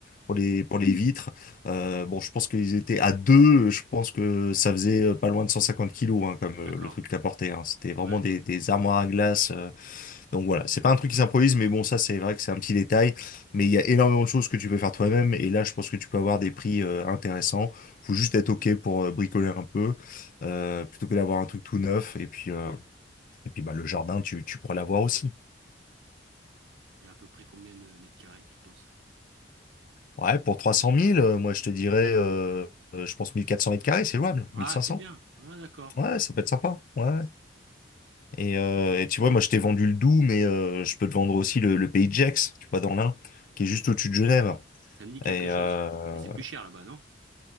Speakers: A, on the left (about 45°); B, on the right (about 85°).
A: pour les, pour les vitres. Euh, bon, je pense qu'ils étaient à deux, je pense que ça faisait euh, pas loin de 150 kilos, hein, comme
B: d'accord.
A: euh, le truc qu'ils apportaient, hein. C'était vraiment
B: Ouais.
A: des, des armoires à glace. euh, donc voilà, c'est pas un truc qui s'improvise, mais bon, ça c'est vrai que c'est un petit détail. Mais il y a énormément de choses que tu peux faire toi-même, et là je pense que tu peux avoir des prix euh, intéressants. Faut juste être ok pour euh, bricoler un peu, euh, plutôt que d'avoir un truc tout neuf. Et puis, euh, et puis bah, le jardin, tu, tu pourras l'avoir aussi.
B: Et à peu près combien de mètres carrés, tu penses?
A: Ouais, pour 300 000, euh, moi je te dirais, euh, euh, je pense 1400 mètres carrés, c'est jouable.
B: Ah,
A: mille cinq
B: c'est
A: cents.
B: bien. Ah, d'accord.
A: Ouais, ça peut être sympa. Ouais. ouais. Et, euh, et tu vois, moi je t'ai vendu le Doubs, mais euh, je peux te vendre aussi le, le Pays de Gex, tu vois, dans l'Ain, qui est juste au-dessus de Genève.
B: Ça me dit quelque
A: Et,
B: chose.
A: euh,
B: Mais c'est plus cher là-bas, non?